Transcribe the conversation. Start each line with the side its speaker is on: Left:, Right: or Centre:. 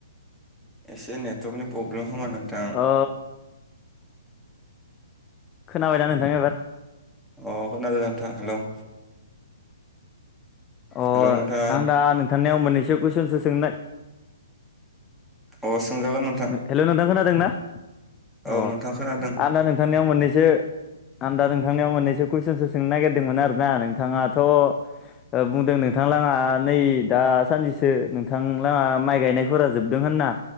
Centre: एसे नेटवर्कनि प्रब्लेम खोमा नोंथां।
Left: अ खोनाबायना नोंथां एबार?
Centre: अ खोनादो नोंथां हेलौ
Left: अ
Centre: हेलौ नोंथां
Left: आं दा नोंथांनिआव मोननैसो कुइसनसो सोंनो ना
Centre: अ सों जागोन नों
Left: हेलौ नोंथां खोनादों ना अ
Centre: औ नोंथां खोनादों
Left: आंदा नोंथांनियाव मोननैसो आं दा नोंथांनियाव मोननैसो कुइसनसो सोंनो नागिरदोंमोन आरोना नोंथाङाथ' बुंदों नोंथांलाङा नै दासानदिसो नोंथांलाङा माइ गायनायख फोरा जोबदों होनना